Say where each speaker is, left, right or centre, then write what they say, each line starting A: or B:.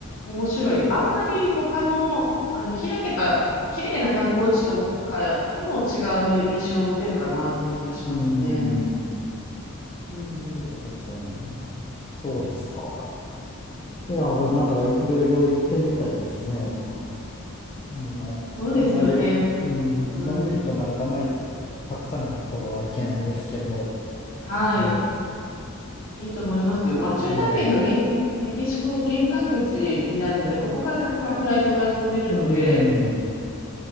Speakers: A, on the left (about 60°); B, on the left (about 25°).
A: 面白い。あんまり他の、あの、開けた綺麗な観光地とかとも違う印象を持てるかなっていう気はしますね。
B: うん。
A: うんうん。
B: そうですね。そうですか。ええいや、なんかいろいろ行ってみたいですね。その、あの、
A: そうですよね。
B: あんまり、うん、
A: うん。
B: のんびりとなるとあんまりたくさんのところは行けないですけど、
A: はい。
B: うん
A: いいと思いますよ。まあ、中南米の玄メキシコ玄関口になるので、
B: ええ
A: ここからたくさんフライトが飛んでるので、
B: うん、